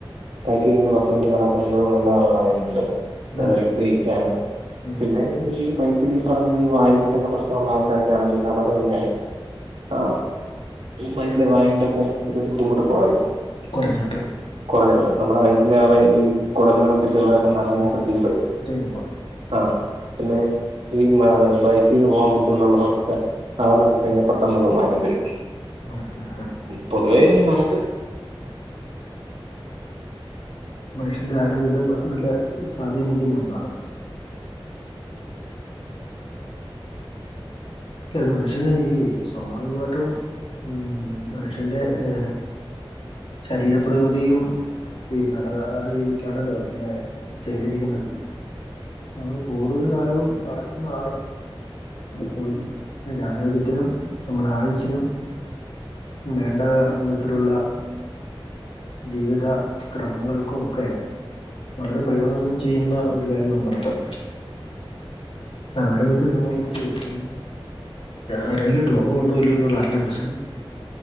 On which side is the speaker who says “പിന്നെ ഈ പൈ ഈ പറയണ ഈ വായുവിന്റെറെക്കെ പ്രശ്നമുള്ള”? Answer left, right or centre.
Right